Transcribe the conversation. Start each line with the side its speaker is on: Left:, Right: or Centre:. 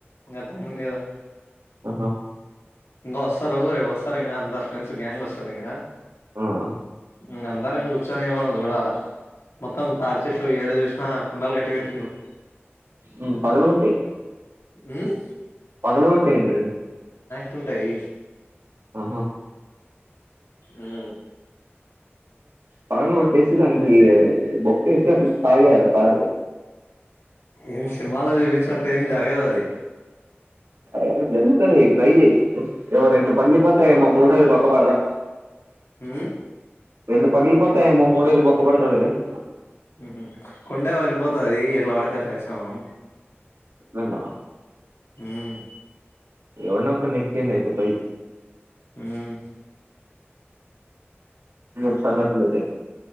Left: ఇంకా టైమ్ ఉంది కదా
Right: ఆహా
Left: ఇంకా వస్తారు రేపు వస్తారు ఇంకా అందరు ఫ్రెండ్స్ గ్యాంగ్ వస్తది ఇంకా
Right: <unintelligible>
Left: ఇంక అందరం కూర్చొని ఏమన్నా చూడాలా మొత్తం తాడి చెట్లు ఏడు ఏది చూసినా కుండలు కట్టి పెట్టిండ్రు
Right: ఉం పగలు కొట్టేయ్
Left: ఊమ్
Right: పగలకొట్టేయండి
Left: తుంటాయి
Right: ఆహా
Left: ఉమ్
Right: పగల కొట్టేసి దానికి ఈ బొక్కేసి అట్లా తాగేయాల కార్ కి
Left: ఏం సినిమాలో చూపించినట్టు ఏం జరగదు అది
Right: అ జరుగుతది ట్రై చే ఏవో
Left: ఉహు
Right: రెండు పగిలి పోతాయేమో మూడోది బొక్కపడదా
Left: ఉమ్
Right: రెండు పగిలిపోతాఏమో మూడోది బొక్క పడతదిలే అంటన్నా
Left: వుహుమ్ కుండే పగిలి పోతది ఎట్ల పడితే అట్ల వేసినం మనం
Right: విన్నవా
Left: ఉమ్మ్
Right: ఎవడ్నో ఒకడిని ఎక్కియండి పీజీ
Left: ఊమ్మ్
Right: ఏంటి సంగతులు ఐతే